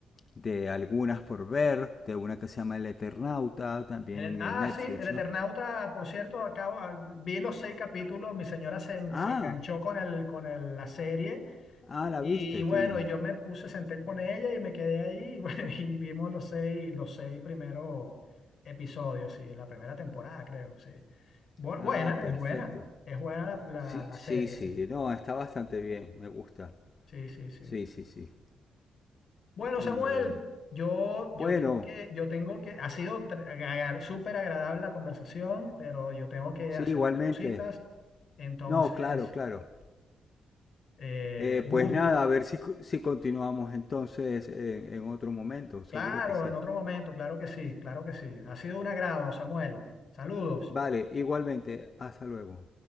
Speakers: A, on the left; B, on the left.
A: de algunas por ver, de una que se llama El Eternauta, también
B: El et- ah,
A: en Netflix,
B: sí, El Eternauta,
A: ¿no?
B: por cierto, acabo, ah, vi los seis capítulos, mi señora se, en-
A: Ah,
B: se enganchó con el, con el- la serie
A: ah, la
B: Y
A: viste,
B: bueno,
A: qué bien.
B: y yo me puse, senté con ella y me quedé ahí y, bueno, <laughs> y vimos los seis, los seis primeros episodios, sí, de la primera temporada, creo, sí. Bu-
A: Ah,
B: buena,
A: perfecto.
B: es buena, es buena la,
A: Sí,
B: la- la
A: sí,
B: serie,
A: sí,
B: sí,
A: no, está bastante bien, me gusta.
B: sí, sí, sí.
A: Sí, sí, sí.
B: Bueno, Samuel,
A: Y eh,
B: yo, yo
A: bueno,
B: tengo que, yo tengo que, ha sido tr- agar- súper agradable la conversación, pero yo tengo que
A: sí,
B: hacer
A: igualmente.
B: otras cositas, entonces,
A: No, claro, claro.
B: eh,
A: Eh,
B: un
A: pues
B: gusto.
A: nada, a ver si, si continuamos entonces en, en otro momento, seguro
B: Claro,
A: que sí.
B: en otro momento, claro que sí, claro que sí. Ha sido un agrado, Samuel. Saludos.
A: Vale, igualmente, hasta luego.